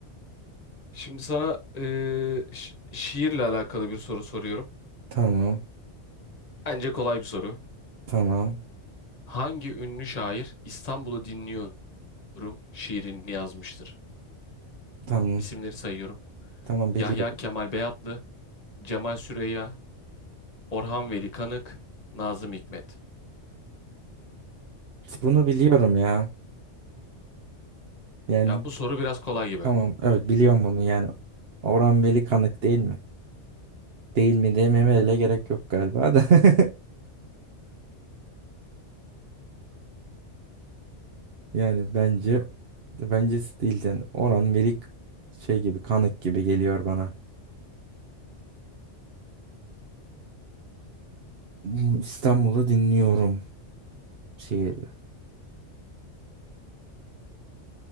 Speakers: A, on the left; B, on the right.
A: Şimdi sana eee, şi- şiirle alakalı bir soru soruyorum.
B: Tamam.
A: Bence kolay bir soru.
B: Tamam.
A: Hangi ünlü şair İstanbul'u dinliyorum şiirini yazmıştır?
B: Tamam.
A: İsimleri sayıyorum.
B: Tamam biliyorum.
A: Yahya Kemal Beyatlı, Cemal Süreya, Orhan Veli Kanık, Nazım Hikmet.
B: Bunu biliyorum ya. Yani
A: Ya bu soru biraz kolay gibi.
B: tamam evet biliyorum bunu yani. Orhan Veli Kanık değil mi? Değil mi dememe bile gerek yok galiba da. <laughs> Yani bence bencesi değil yani. Orhan Veli şey gibi Kanık gibi geliyor bana. Hmm, İstanbul'u dinliyorum şiir.